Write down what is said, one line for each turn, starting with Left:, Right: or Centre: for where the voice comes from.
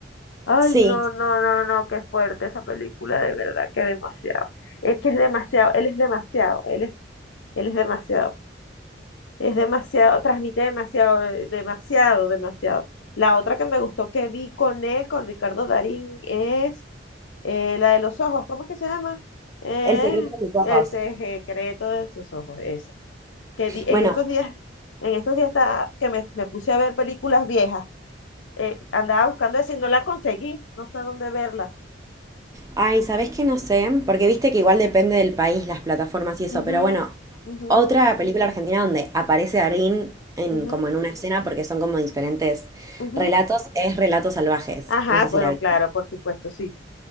Left: Ay,
Right: Sí,
Left: no, no, no, no, qué fuerte esa película, de verdad, que demasiado. Es que es demasiado, él es demasiado, él es, él es demasiado, es demasiado, transmite demasiado, eh, demasiado, demasiado. La otra que me gustó que vi con él, con Ricardo Darín, es eh, la de los ojos, ¿cómo es que se llama? Eh,
Right: el secreto de sus ojos.
Left: el secreto de sus ojos, esa. Que di- en
Right: Bueno,
Left: estos días, en estos días está, que me, me puse a ver películas viejas, eh, andaba buscando esa y no la conseguí, no sé dónde verla.
Right: ay, ¿sabés qué? No sé, porque viste que igual depende del país, las plataformas y eso,
Left: Ujú,
Right: pero bueno,
Left: ujú,
Right: otra película argentina donde aparece Darín en,
Left: ujú,
Right: como en una escena, porque son como diferentes
Left: ujú.
Right: relatos, es Relatos Salvajes.
Left: Ajá,
Right: No sé si
Left: bueno,
Right: la viste.
Left: claro, por supuesto, sí.